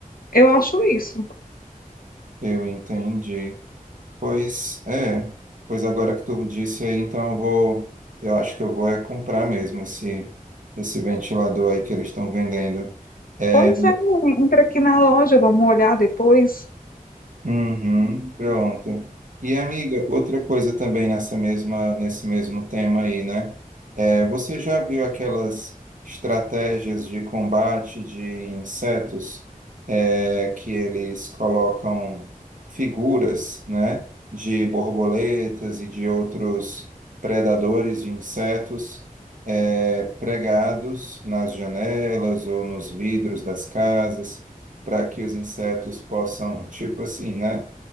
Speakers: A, on the left; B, on the right.
A: eu acho isso.
B: eu entendi. Pois é, pois agora que tu disse aí, então eu vou, eu acho que eu vou é comprar mesmo esse, esse ventilador aí que eles estão vendendo. É,
A: Pois é, entra aqui na loja, vamos olhar depois.
B: Uhum, pronto. E amiga, outra coisa também nessa mesma, nesse mesmo tema aí, né? É, você já viu aquelas estratégias de combate de insetos, é, que eles colocam figuras, né, de borboletas e de outros predadores de insetos, é, pregados nas janelas ou nos vidros das casas? para que os insetos possam, tipo assim, né,